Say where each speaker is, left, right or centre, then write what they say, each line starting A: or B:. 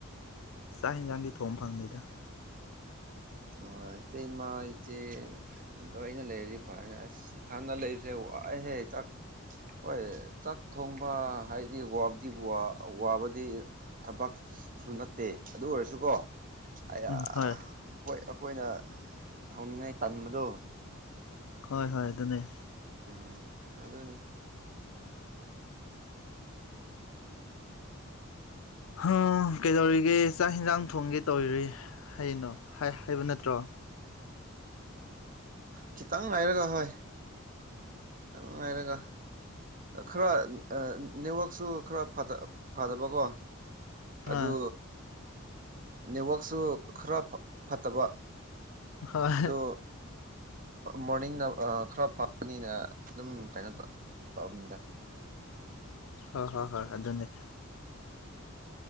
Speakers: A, on the left; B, on the right.
A: ꯆꯥꯛ ꯍꯟꯒꯥꯥꯡꯗꯤ ꯊꯣꯡ ꯐꯪꯗꯦꯗ
B: ꯑ ꯏꯇꯩꯇꯩ ꯏꯃꯥ ꯏꯆꯦ ꯂꯣꯏꯅ ꯂꯩꯔꯗꯤ ꯐꯔꯅꯤ ꯑꯁ ꯏꯊꯟꯗ ꯂꯩꯔꯤꯁꯦ ꯍꯦ ꯆꯥꯛ ꯍꯣꯏ ꯆꯥꯛ ꯊꯣꯡꯕ ꯍꯥꯏꯗꯤ ꯋꯥꯗꯤ ꯋꯥꯕꯗꯤ ꯊꯕꯛ ꯁꯨ ꯅꯠꯇꯦ ꯑꯗꯨ ꯑꯣꯏꯔꯁꯨꯀꯣ ꯑ
A: ꯎꯝ ꯍꯣꯏ
B: ꯍꯣꯏ ꯑꯩꯈꯣꯏꯅ ꯊꯧꯅꯤꯡꯉꯥꯏ ꯇꯟꯕꯗꯣ
A: ꯍꯣꯏ ꯍꯣꯏ ꯑꯗꯨꯅꯦ
B: ꯎ ꯑꯗꯅꯤ
A: ꯑ ꯀꯩꯗꯧꯔꯤꯒꯦ ꯆꯥꯛ ꯏꯟꯁꯥꯡ ꯊꯣꯡꯒꯦ ꯇꯧꯔꯤꯔꯤ ꯍꯌꯦꯩꯅꯣ ꯍꯥꯏꯕ ꯅꯠꯇ꯭ꯔꯣ
B: ꯈꯤꯇꯪ ꯍꯥꯏꯥꯏꯔꯒ ꯍꯣꯏ ꯉꯥꯏꯔꯒ ꯈꯔ ꯅꯦꯠꯋꯥꯛꯁꯨ ꯈꯔ ꯐꯗꯕꯀꯣ ꯑꯗꯨ
A: ꯑꯥ
B: ꯅꯦꯠꯋꯥꯛꯛꯁꯨ ꯈꯔ ꯐꯠꯇꯕ
A: ꯍꯣꯏ
B: ꯑꯗꯣ ꯃꯣꯔꯅꯤꯡꯅ ꯈꯔ ꯐꯪꯅꯤꯅ ꯑꯗꯨꯝ ꯀꯩꯅꯣ ꯇ ꯇꯧꯕꯅꯤꯗ
A: ꯍꯣꯏ ꯍꯣꯏ ꯍꯣꯏ ꯑꯗꯨꯅꯦ